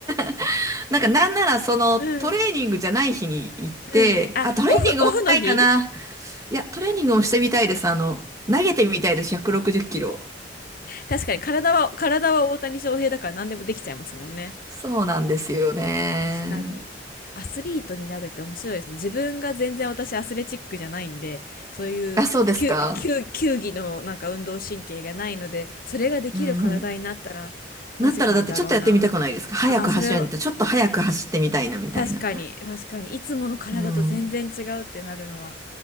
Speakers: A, on the right; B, on the left.
A: <laughs> なんか、なんなら、その、
B: うん。
A: トレーニングじゃない日に行って、
B: うん。あ、
A: あ、トレーニングもしたいかな。
B: オフ、オフの日
A: いや、トレーニングもしてみたいです。あの、投げてみたいです、160キロ。
B: 確かに体は、体は大谷翔平だから何でもできちゃいますもんね。
A: そうなんですよね。
B: 確かに。アスリートになるって面白いですね。自分が全然私アスレチックじゃないんで、そういう球、
A: あ、そうですか。
B: 球、球技のなんか運動神経がないので、それができる体になったらマジカルだろうな。
A: うんうん。なったらだってちょっとやってみたくないですか早く走るんだってちょっと早く走ってみたいなみたいな。
B: あー、それ、確かに、確かに。いつもの体と全然違うってなるのは、
A: うん。